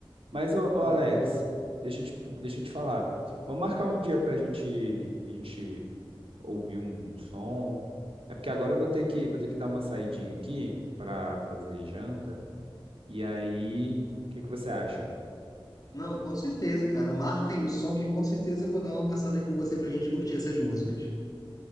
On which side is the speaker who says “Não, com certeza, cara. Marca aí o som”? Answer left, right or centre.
Left